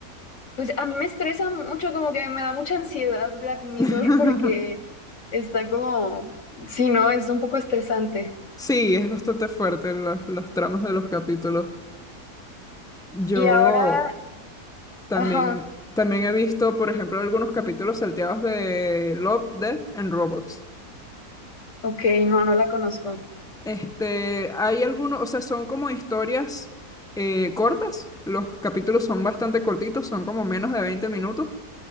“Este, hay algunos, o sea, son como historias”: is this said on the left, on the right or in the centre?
Centre